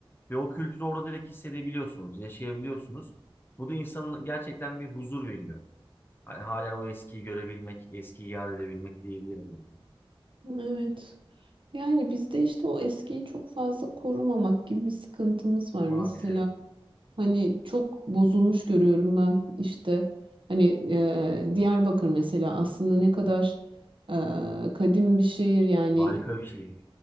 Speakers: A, on the left; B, on the right.
A: ve o kültürü orada direkt hissedebiliyorsunuz, yaşayabiliyorsunuz. Bu da insana gerçekten bir huzur veriyor. Hani halen o eskiyi görebilmek, eskiyi yad edebilmek diyebilirim yani.
B: Evet. Yani bizde işte o eskiyi çok fazla korumamak gibi bir sıkıntımız var.
A: Maalesef.
B: Mesela Hani çok bozulmuş görüyorum ben işte hani e, Diyarbakır mesela aslında ne kadar e, kadim bir şehir yani
A: Harika bir şey.